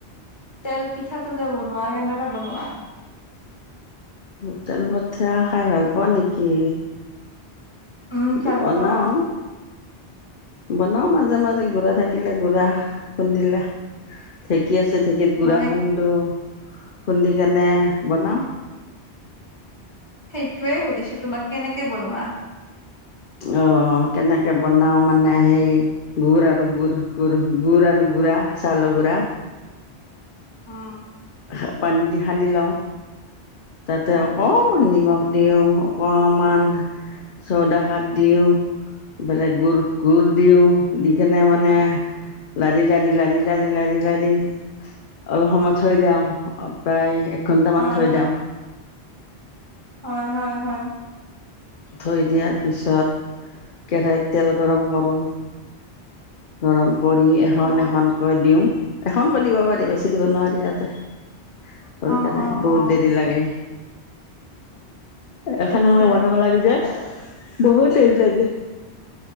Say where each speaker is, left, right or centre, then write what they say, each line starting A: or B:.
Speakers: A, on the left; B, on the left.
A: তেল পিঠাটো যে বনোৱা কেনেকে বনোৱা?
B: হো তেল পিঠা খাই ভাল পোৱা নেকি?
A: উম
B: <unintelligible>
A: ভাল পাও
B: বনাও মাজে মাজে গুড়া থাকিলে গুড়া খুন্দিলে। ঢেঁকী আছে ঢেঁকীত গুড়া
A: মানে
B: খানদো। খুন্দি কেনে বনাও।
A: সেইটোয়ে সুধিছো তোমাক কেনেকে বনোৱা?
B: অ কেনেকে বনাও মানে সেই গুড় আৰু গুড় গুড় গু় আৰু গুড়া চাউলৰ গুড়া।
A: উম
B: <unintelligible> তাতে
A: উম
B: অকমান নিমখ দিওঁ, অকমান চৰ্দা হাত দিওঁ এইফেলে গুৰ গুৰ দিওঁ। দি কেনে মানে লাৰি লাৰি লাৰি লাৰি লাৰি লাৰি অলপ সময় থৈ দিওঁ। প্ৰায় এক ঘন্টামান
A: হয়
B: থৈ
A: হয়
B: দিওঁ।
A: হয় হয় হয়।
B: থৈ দিয়াৰ পিছত। কেৰাহীত তেল গৰম কৰোঁ। গৰম কৰি এখন
A: অ
B: এখনকৈ দিও। এখনকৈ দিব পাৰি বেছি দিব নোৱাৰি তাতে। সৰু
A: অ
B: কেৰাহীত
A: অ
B: বহুত
A: অ
B: দেৰি লাগে। এখ এখেন
A: সেইটোৱে
B: বনাব লাগে যে, বহুত তেল লাগে।